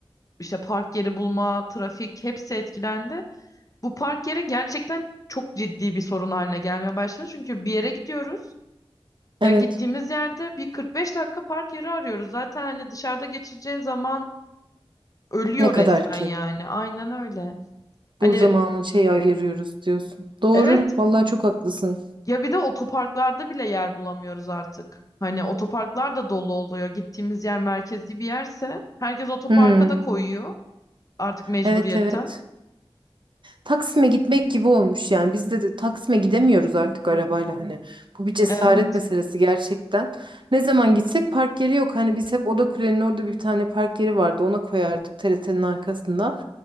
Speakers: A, on the left; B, on the right.
A: işte park yeri bulma, trafik hepsi etkilendi. Bu park yeri gerçekten çok ciddi bir sorun haline gelmeye başladı. Çünkü bir yere gidiyoruz.
B: Evet.
A: Ya gittiğimiz yerde bir 45 dakika park yeri arıyoruz. Zaten hani dışarıda geçireceğin zaman ölüyor
B: Ne kadar
A: resmen
B: ki
A: yani. Aynen öyle. Hani
B: bu zamanı şey ayırıyoruz diyorsun. Doğru.
A: evet
B: Vallahi çok haklısın.
A: ya bir de otoparklarda bile yer bulamıyoruz artık. Hani otoparklar da dolu oluyor. Gittiğimiz yer merkezi bir yerse herkes otoparka
B: Hmm.
A: da koyuyor artık mecburiyetten.
B: Evet evet. Taksim'e gitmek gibi olmuş yani. Biz de, de Taksim'e gidemiyoruz artık arabayla hani. Bu bir cesaret
A: Evet.
B: meselesi gerçekten. Ne zaman gitsek park yeri yok. Hani biz hep Oda Kule'nin orada bir tane park yeri vardı. Ona koyardık TRT'nin arkasında.